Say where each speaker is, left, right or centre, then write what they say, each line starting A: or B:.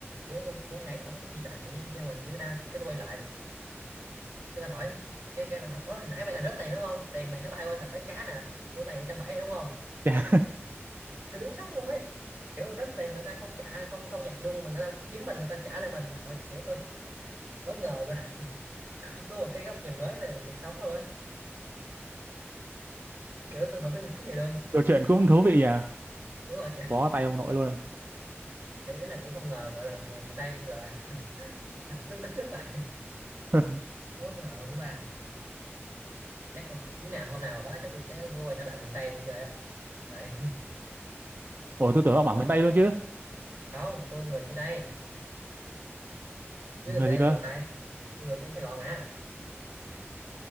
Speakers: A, on the right; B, on the right.
A: kiểu tôi cũng hoảng ủa cái gì trời tự nhiên kêu mình dữ ta cái tôi quay lại cái bà hỏi cái cái bà hỏi ủa hồi nãy mày làm rớt tiền đúng không tiền mày nó bay qua thạch bán cá nè của này trăm bảy đúng không
B: <laughs> Chà.
A: kiểu đúng sốc luôn ấy kiểu rớt tiền người ta không trả không không nhặt đung mà người ta kiếm mình người ta trả lại mình thôi kiểu tôi <laughs> bất ngờ quá. <laughs> có, có một cái góc nhìn mới về cuộc sống luôn á kiểu tôi không biết nói gì luôn
B: Đồ chuyện cũng thú vị nhỉ?
A: đúng rồi kiểu,
B: Bó tay ông nội luôn.
A: kiểu ý là tôi không ngờ gọi là người miền Tây gọi là <laughs> tôi tính đến vậy
B: <laughs>
A: <laughs> bất ngờ luôn ba chắc không chuyến nào hôm nào đó chắc tôi chắc chắn sẽ quay trở lại miền Tây tôi chơi á tại
B: Ủa
A: <laughs>
B: tôi tưởng ông bảo
A: quá
B: miền Tây luôn chứ.
A: không tôi người trên đây chứ
B: Người
A: miền Tây
B: gì
A: là
B: cơ?
A: miền Tây tôi người trên Sài Gòn à